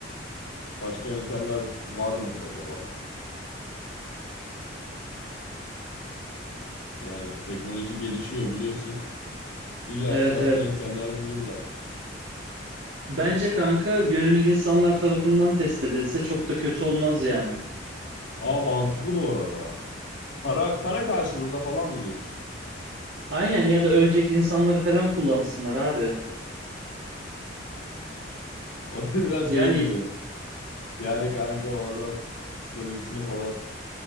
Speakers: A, on the left; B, on the right.
A: başka yöntemler var mıdır acaba? Yani teknoloji gelişiyor biliyorsun. İlla
B: Evet
A: ki farklı
B: evet.
A: yöntemler bulurlar.
B: Bence kanka gönüllü insanlar tarafından test edilse çok da kötü olmaz yani.
A: Aa mantıklı bu arada. Para para karşılığında falan mı diyorsun?
B: Aynen ya da ölecek insanları falan kullansınlar abi.
A: <laughs> O da biraz
B: Yani
A: şey gibi. Yani kanka o adam psikolojisini falan